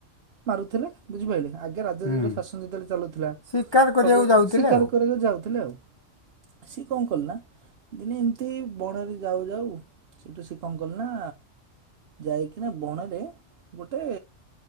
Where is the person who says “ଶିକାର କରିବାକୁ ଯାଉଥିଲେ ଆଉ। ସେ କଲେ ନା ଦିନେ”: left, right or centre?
Right